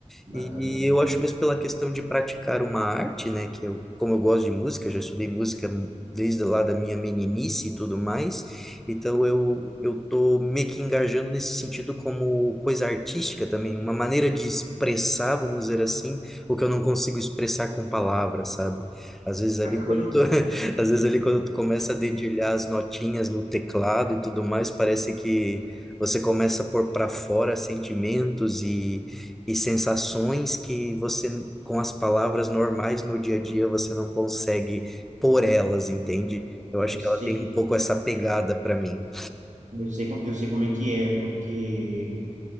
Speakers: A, on the right (about 80°); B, in the centre.
A: bacana.
B: E, e eu acho mesmo pela questão de praticar uma arte, né, que eu, como eu gosto de música, já estudei música desde lá da minha meninice e tudo mais, então eu eu tô meio que engajando nesse sentido como coisa artística também, uma maneira de expressar, vamos dizer assim, o que eu não consigo expressar com palavras, sabe? Às vezes ali
A: Acaba...
B: quando
A: ju-
B: tu, <laughs> às vezes ali quando tu começa a dedilhar as notinhas no teclado e tudo mais, parece que Você começa a pôr para fora sentimentos e e sensações que você, com as palavras normais no dia a dia, você não consegue por elas, entende? Eu
A: Eu
B: acho que
A: sei,
B: ela tem um pouco essa pegada para mim.
A: eu sei, co- eu sei como é que é, porque...